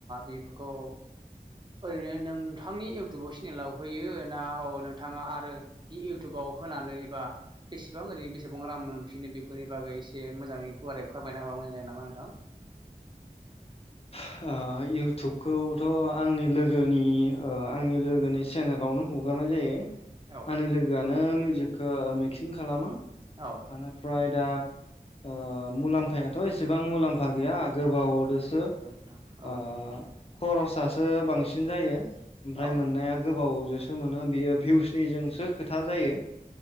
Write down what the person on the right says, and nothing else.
बेफोरखौ ओरैनो नोंथांनि इउटुब चेनेलाव होयो ना औ नोंथाङा आरो बि इउटुबाव होनानै एबा बेसेबां ओरैनो बेसेबां रां मोनफिनो बेफोरनि बागै एसे मोजाङै गुवारै फोरमायना हाबा <unintelligible> नोंथां
औ
औ
ओं औ
औ